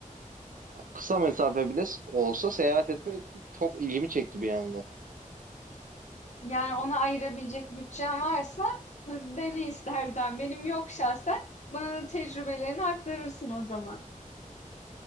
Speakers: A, on the right; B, on the left.
A: e, kısa mesafe bile olsa seyahat etmek çok ilgimi çekti bir anda.
B: Yani ona ayırabilecek bütçen varsa <laughs> dene istersen. Benim yok şahsen. Bana da tecrübelerini aktarırsın o zaman.